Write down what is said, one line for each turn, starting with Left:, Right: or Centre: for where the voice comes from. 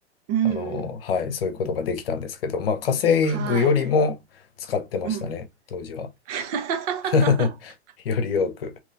Right: うん、
Left: あの、
Right: うん
Left: はい、そういうことができたんですけど、まあ、稼ぐよりも使ってましたね、
Right: はい。うん。
Left: 当時は。
Right: <laughs>
Left: <laughs> より多く。